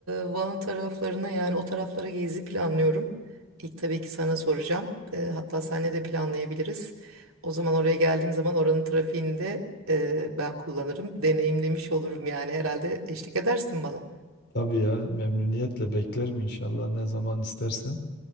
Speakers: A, on the right; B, on the left.
A: e, Van taraflarına yani o taraflara gezi planlıyorum. İlk tabii ki sana soracağım. E, hatta seninle de planlayabiliriz. O zaman oraya geldiğim zaman oranın trafiğini de e, ben kullanırım. Deneyimlemiş olurum yani herhalde eşlik edersin bana.
B: Tabii ya memnuniyetle beklerim inşallah ne zaman istersen.